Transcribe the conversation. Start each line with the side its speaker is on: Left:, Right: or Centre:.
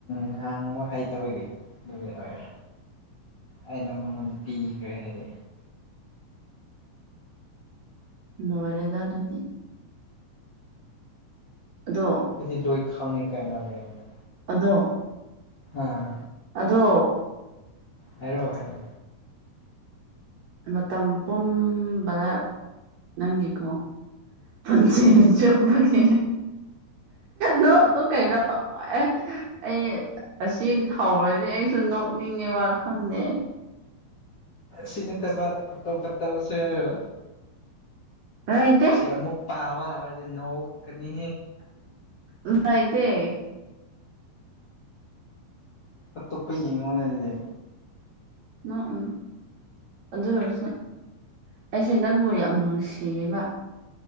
Left: ꯉꯥꯡꯕ ꯍꯩꯇꯕꯒꯤ ꯅꯨꯃꯤꯠ ꯑꯣꯏ ꯑꯩꯅ ꯃꯉꯣꯟꯗ ꯄꯤꯈ꯭ꯔꯦ ꯍꯥꯏꯗꯤ
Right: ꯅꯔꯦꯗ ꯑꯗꯨꯗꯤ ꯑꯗꯣ
Left: ꯍꯥꯏꯗꯤ ꯂꯣꯏ ꯈꯪꯉꯤ ꯀꯥꯏꯅꯣ ꯂꯩꯔꯁꯦ
Right: ꯗꯣ
Left: ꯑꯥ
Right: ꯑꯗꯣ
Left: ꯍꯥꯏꯔꯛꯑꯣ ꯍꯥꯏꯔꯣꯑꯣ
Right: ꯃꯇꯝ ꯄꯨꯝꯕꯗ ꯅꯪꯒꯤꯀꯣ ꯐꯆꯦ ꯆꯃꯒꯤ ꯅꯣ ꯅ ꯀꯩꯅꯣ ꯑꯦ ꯑꯩ ꯑꯁꯤ ꯍꯧꯔꯗꯤ ꯑꯩꯁꯨ ꯅꯣꯛꯅꯤꯡꯉꯦꯕ ꯈꯪꯗꯦ
Left: ꯆꯅꯦ ꯇ ꯄ ꯇꯞ ꯄ ꯇꯕꯨꯁꯦꯔ
Right: ꯂꯩꯇꯦ
Left: ꯁꯤꯃꯨꯛ ꯄꯥꯕꯔꯗꯤ ꯅꯣꯛꯅꯤ
Right: ꯉ ꯑꯥꯏꯗꯤ
Left: ꯑꯇꯣꯞꯄ ꯌꯦꯡꯉꯣꯅꯦ ꯑꯗꯨꯗꯤ
Right: ꯎ ꯎ ꯑꯗꯨ ꯑꯣꯏꯁꯨ ꯑꯩꯁꯦ ꯅꯪꯕꯨ ꯌꯥꯝ ꯅꯨꯡꯁꯤꯌꯦꯕ